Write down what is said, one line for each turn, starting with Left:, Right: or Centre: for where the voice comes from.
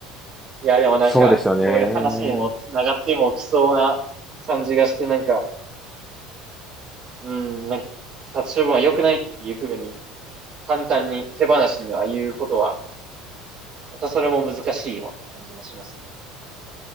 Right: いや、でもなんか、
Centre: そうですよね。
Right: そういう話にも繋がってもきそうな感じがして、なんか、うん、なんか、殺処分は良くないっていう風に、簡単に手放しには言うことは、またそれも難しいような感じもしますね。